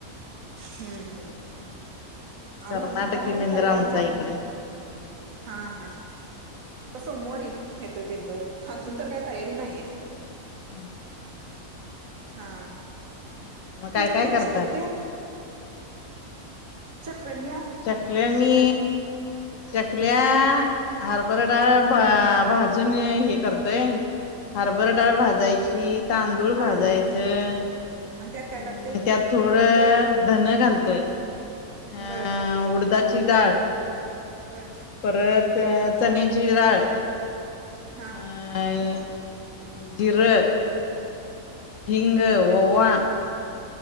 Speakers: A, on the right; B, on the left.
A: हम्म हम्म.
B: कर्नाटकी
A: <unintelligible> काय
B: बेंद्र
A: तयारी
B: आमचा
A: नाही.
B: इकडे
A: हा हा तर सोमवारी येतोय बेंदर, अजून तर काही तयारी नाहीये.
B: हम्म
A: हा,
B: मग काय
A: तु
B: काय
A: चकल्या
B: करताय
A: कशी करते? चकल्या
B: चकल्या मी चकल्या हरभरा डाळ भाजून हे करतोय. हरभर डाळ भाजायची, तांदूळ भाजायचं,
A: हा आणि त्यात काय
B: अं
A: टाकते?
B: त्यात थोड धन घालतोय, अं
A: बर
B: उडदाची डाळ
A: बर
B: परत चण्याची डाळ
A: हा
B: अं अं जिरं हिंग, ओवा,